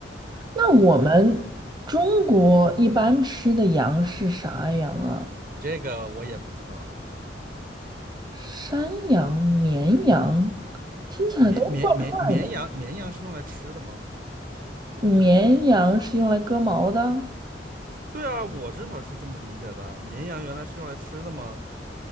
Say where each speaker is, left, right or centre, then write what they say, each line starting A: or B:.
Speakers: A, on the right; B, on the right.
A: 那我们中国一般吃的羊是啥羊啊？
B: 这个我也不知道，
A: 山羊、绵羊，听起来都怪
B: 绵绵绵绵羊绵羊是用来吃的吗？
A: 的。绵羊是用来割毛的？
B: 对啊，我至少是这么理解的。绵羊原来是用来吃的吗？